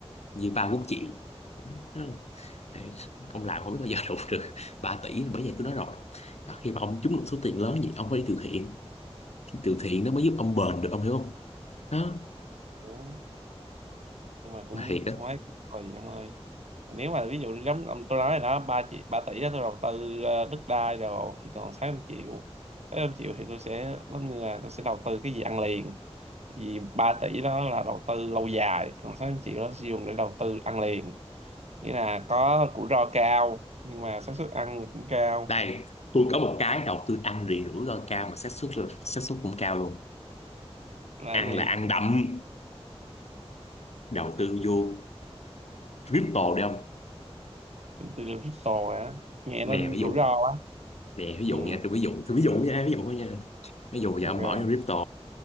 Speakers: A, on the left (about 80°); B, on the right (about 85°).
A: dư ba bốn triệu Đúng không? Thì ông làm không biết bao giờ <laughs> đủ được 3 tỷ bởi vậy tôi nói rồi đó, khi mà ông trúng được số tiền lớn vậy ông phải đi từ thiện Cái từ thiện nó mới giúp ông bền được ông hiểu không đó
B: đúng nhưng mà cũng
A: mà thiệt đó
B: quá rồi em ơi nếu mà ví dụ giống ông- tôi nói rồi đó ba triệu ba tỷ đó tôi đầu tư ờ, đất đai rồi thì còn sáu trăm triệu sáu trăm triệu thì tôi sẽ giống như là tôi sẽ đầu tư cái gì ăn liền vì 3 tỷ đó là đầu tư lâu dài còn 600 triệu đó sử dụng để đầu tư ăn liền nghĩa là có rủi ro cao nhưng mà xác suất ăn cũng cao
A: đây tôi có một cái đầu tư ăn liền rủi ro cao mà xác suất là xác suất cũng cao luôn
B: là
A: ăn
B: cái gì
A: là ăn đậm đầu tư vô crypto đi ông
B: từ crypto hả nghe
A: nè
B: nó
A: ví dụ
B: rủi ro quá
A: nè ví dụ
B: ừ,
A: nha tôi ví dụ tôi ví dụ nha ví dụ thôi nha ví dụ giờ
B: ok
A: ông bỏ vô crypto